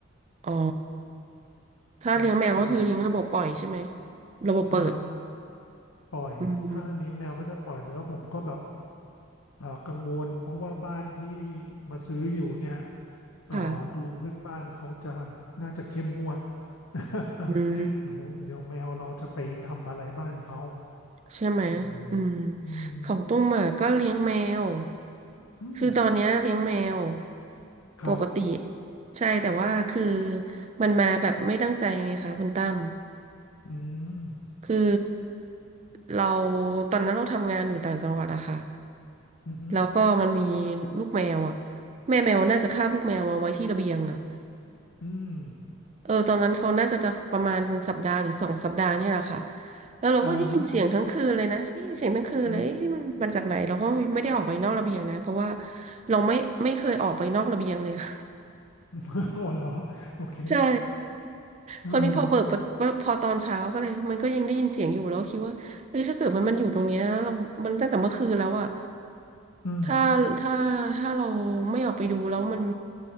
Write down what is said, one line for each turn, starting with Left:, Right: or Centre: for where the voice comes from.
Right: อ๋อถ้าเลี้ยงแมวก็คือเลี้ยงระบบปล่อยใช่ไหม
Left: ครับคือผม
Right: ระบบเปิด
Left: ใช่ปล่อยถ้าเลี้ยงแมวก็จะปล่อยแล้วผมก็แบบ
Right: อืม
Left: เอ่อกังวลเพราะว่าบ้านที่มาซื้ออยู่เนี่ยเอ่อดูเพื่อนบ้านเขาจะ
Right: ค่ะ
Left: น่าจะเข้มงวด <laughs>
Right: อืม
Left: เดี๋ยวเดี๋ยวแมวเราจะไปทำอะไรบ้านเขา
Right: ใช่ไหมอืม
Left: อืมอืม
Right: ของตุ้มอ่ะก็เลี้ยงแมว
Left: อืม
Right: คือตอนเนี้ยเลี้ยงแมว
Left: ครับ
Right: ปกติใช่แต่ว่าคือมันมาแบบไม่ตั้งใจไงคะคุณตั้ม
Left: อืม
Right: คือเราตอนนั้นเราทำงานอยู่ต่างจังหวัดอะค่ะ
Left: อืมอหือ
Right: แล้วก็มันมีลูกแมวอะแม่แมวน่าจะคาบลูกแมวมาไว้ที่ระเบียงอะ
Left: อืม
Right: เออตอนนั้นเขาน่าจะจะประมาณสัปดาห์หรือสองสัปดาห์นี่แหละค่ะแล้วเราก็ได้ยินเสียงทั้งคืนเลยนะได้ยินเสียงทั้งคืนเลยเอ๊ะมันมันจากไหนเราก็ไม่ได้ออกไปนอกระเบียงนะเพราะว่า
Left: อ่าฮะอืม
Right: เราไม่ไม่เคยออกไปนอกระเบียงเลย <laughs>
Left: <laughs> โอ้เหรอโอเค
Right: ใช่
Left: อืม
Right: คราวนี้พอเปิดประพอตอนเช้าก็เลยมันก็ยังได้ยินเสียงอยู่แล้วคิดว่าเฮ้ยถ้าเกิดมันมันอยู่ตรงเนี้ยเรามันตั้งแต่เมื่อคืนแล้วอะ
Left: อืม
Right: ถ้าถ้าถ้าเราไม่ออกไปดูแล้วมัน